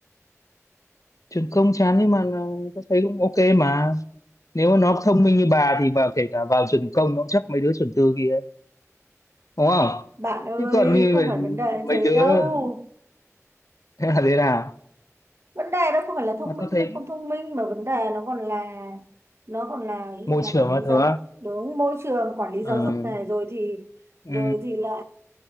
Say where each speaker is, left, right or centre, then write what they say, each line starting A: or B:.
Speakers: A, on the left (about 85°); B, on the right (about 55°).
A: trường công chán nhưng mà là- tôi thấy cũng ok mà nếu mà nó thông minh như bà thì vào kể cả vào trường công nó cũng chấp mấy đứa trường tư kia đúng không
B: bạn ơi
A: chứ còn như
B: không
A: vậy,
B: phải vấn đề
A: mấy
B: như thế
A: đứa
B: đâu
A: thế là thế nào
B: vấn đề đó không phải là thông
A: mà
B: minh
A: tôi thấy
B: hay không thông minh mà vấn đề nó còn là nó còn là ví
A: môi
B: dụ là
A: trường
B: quản
A: là
B: lý giáo
A: thứ
B: dục, đúng môi trường quản lý giáo
A: ừ
B: dục này rồi thì
A: ừ
B: rồi thì là